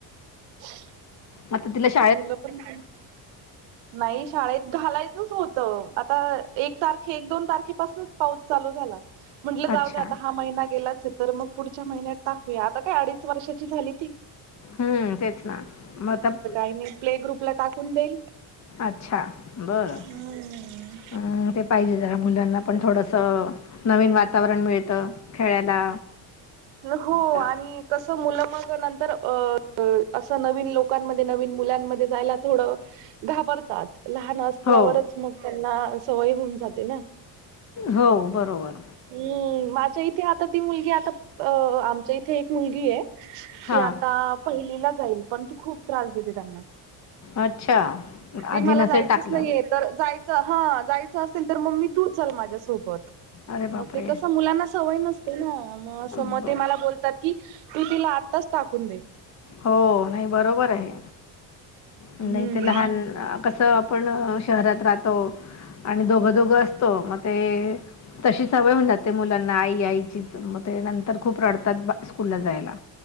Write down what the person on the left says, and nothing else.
आता तिला श
अच्छा.
हम्म तेच ना मग आता.
अच्छा, बरं.
अं, ते पाहिजे जरा मुलांना पण थोडसं नवीन वातावरण मिळतं खेळायला.
चा
हो,
हो बरोबर.
हां,
अच्छा, आधी
नसेल
टाकलं.
अरे
बापरे!
ब
हो नाही बरोबर आहे. नाही
ते लहान कसं- पण शहरात राहतो, आणि दोघं -दोघं असतो. मग ते- तशी सवय होऊन जाते मुलांना आई आईचीच, मग ते नंतर खूप रडतात स्कूलला जायला.